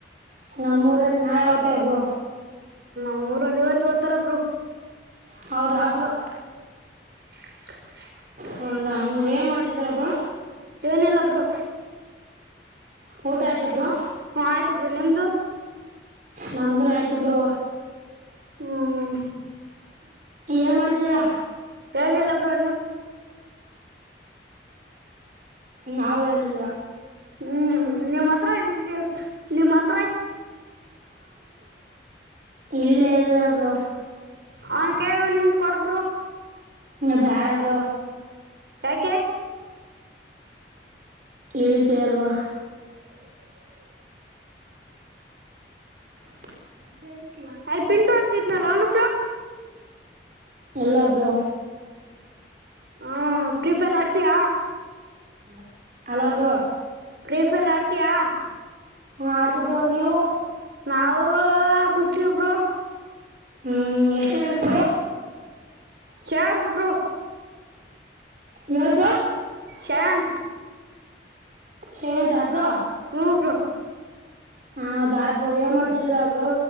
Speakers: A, on the right (about 45°); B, on the right (about 65°).
A: ನಮ್ಮೂರಲ್ಲಿ ನಾ ಯಾವತ್ತು ತ್ತಬ್ರೋ
B: ನಮ್ಮೂರಲ್ಲಿ ಇವತ್ತುವತ್ತರ ಒಬ್ರು
A: ಹೌದಾ ಆ ಬ್ರೋ
B: <inaudible>
A: ಹಲ್ಲ ಏನ್ ಮಾಡ್ತಿದಿರಾ ಬ್ರೋ
B: ವನೆಲ್ಲಬ್ರು
A: ಊಟ ಆಯತ ಬ್ರೋ
B: ಹ್ಮ ಆಯ್ತ ಬ್ರೋ ನಿಮ್ದು
A: ನಮ್ದನ್ ಆಯ್ತು ಬ್ರೋ
B: ಹ್ಮ
A: ಏನ್ ಮಾಡ್ತಿದೀರ
B: ಏನಿಲ್ಲ ಬ್ರೋ
A: ನಾವೇಲ್ಲ
B: ಹ್ಮ್ ನಿಮ್ಮ್ ಹತ್ರ ನಿಮ್ಮ್ ಹತ್ರ
A: ಇಲ್ಲೆ ಇಲ್ಲ ಬ್ರೊ
B: ಅವನ್ ಕೇಳ್ ಒಂದ್ನಿಟ್ ಕೊಡ್ ಬ್ರೊ
A: ನಾ ಬ್ಯಾಡ ಬ್ರೋ
B: ಕೆ
A: ಎದಕ್ಕೆರ್ವಾ <inaudible>
B: ಅಯ್ ಪಿಂಟು ಅಂತಿದ್ನಲ್ಲ ಅವನು ಬ್ರೊ
A: ಯಲ್ಲಾ ಬ್ರೊ
B: ಹಾ ಪ್ರಿಪಿರೆ ಆಡ್ತೀಯ
A: ಇಲ್ಲ ಅಲ ಬ್ರೋ
B: ಪ್ರೀಫರ್ ಆಡ್ತೀಯಾ
A: ಹ್ಮ ಆಡ್ತೀವಿ ಬ್ರೊ ನೀವು
B: ನಾವು ಬುಟ್ಟಿ ಬ್ರೊ
A: ಹ್ಮ್ ಎಷ್ಟೇನೆ ಕ್ಲಾಸ್ ಬ್ರೊ
B: ಶಾಂತ್ ಬ್ರೋ
A: ಯಾಳ್ ಬ್ರೋ
B: ಶಾಂತ್
A: ಸೇವೆಂತಾ ಬ್ರೋ
B: ಹುಂ ಬ್ರೋ
A: ಹದಾ ಬ್ರೋ ಏ ಮಾಡ್ತಿದ್ರ ಬ್ರೋ